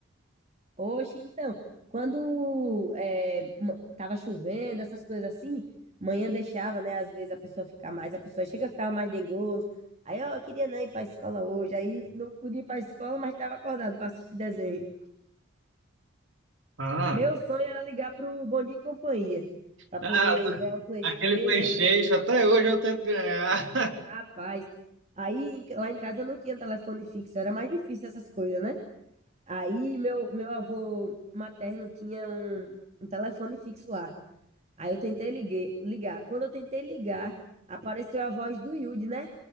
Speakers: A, on the right; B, on the right.
A: Hoje, então, quando é, ma- tava chovendo, essas coisas assim, manhã deixava, né? Às vezes a pessoa ficar mais, a pessoa chega a ficar mais dengoso. Aí, ó, eu queria não ir para a escola hoje. Aí não podia ir para a escola, mas estava acordado para assistir desenho.
B: Ah,
A: Meu sonho era ligar pro Bom Dia e Companhia, para
B: ah,
A: poder ganhar o PlayStation.
B: aquele PlayStation, até hoje eu tento ganhar.
A: Rapaz, aí em- lá em casa não tinha telefone fixo, era mais difícil essas coisas, né? Aí meu, meu avô materno tinha um, um telefone fixo lá. Aí eu tentei ligue- ligar. Quando eu tentei ligar, apareceu a voz do Yudi, né?